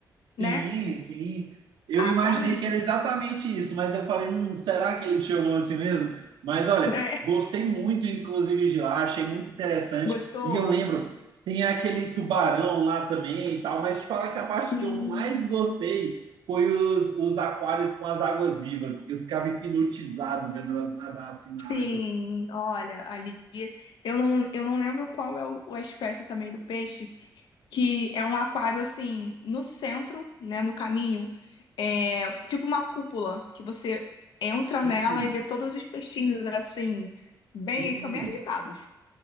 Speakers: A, on the left; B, on the right.
A: né?
B: Sim, sim. Eu imaginei
A: Aquarrio.
B: que era exatamente isso, mas eu falei, hum, será que eles chamam assim mesmo? Mas olha,
A: É.
B: gostei muito, inclusive, de lá, achei muito interessante.
A: Gostou?
B: E eu lembro, tem aquele tubarão lá também e tal, mas te falar que a parte
A: Sim.
B: que eu mais gostei foi os, os aquários com as águas vivas. Eu ficava hipnotizado vendo elas nadar assim na
A: Sim,
B: água.
A: olha, ali eu não, eu não lembro qual é o- a espécie também do peixe, que é um aquário assim, no centro, né, no caminho, é tipo uma cúpula, que você entra
B: Hum,
A: nela e vê todos os peixinhos assim, bem,
B: hum.
A: eles são bem agitados.